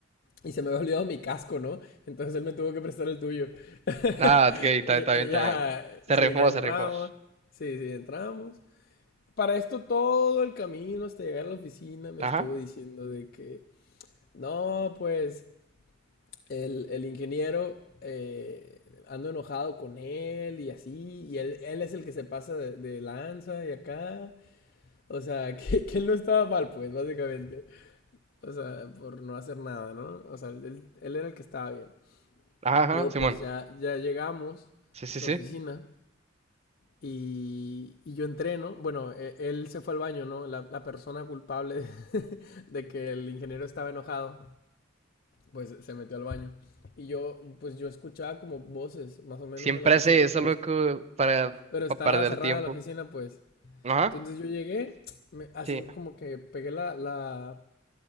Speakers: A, on the left; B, on the right.
A: Y se me había olvidado mi casco, ¿no? Entonces él me tuvo que prestar el tuyo. <laughs>
B: Ah, ok, está,
A: y,
B: está bien,
A: y
B: está
A: ya,
B: bien. Se
A: sí,
B: rifó,
A: ya entramos.
B: se rifó.
A: Sí, sí, entramos. Para esto todo el camino hasta llegar a la oficina me
B: Ajá,
A: estuvo diciendo de que, no, pues el, el ingeniero eh, ando enojado con él y así, y él, él es el que se pasa de, de lanza y acá. O sea, <laughs> que, que él no estaba mal, pues, básicamente. O sea, por no hacer nada, ¿no? O sea, él, él era el que estaba bien.
B: ajá, ajá,
A: Luego
B: Simón.
A: pues ya, ya llegamos
B: Sí, sí,
A: a
B: sí.
A: la oficina y, y yo entreno. Bueno, e- él se fue al baño, ¿no? La, la persona culpable <laughs> de que el ingeniero estaba enojado, pues se metió al baño. Y yo, pues yo escuchaba como voces, más o menos
B: Siempre
A: en la oficina,
B: hace eso,
A: pero,
B: loco, para,
A: pero estaba
B: para perder
A: cerrada
B: tiempo.
A: la oficina, pues.
B: Ajá,
A: Entonces yo llegué, me- así
B: sí,
A: como que pegué la, la,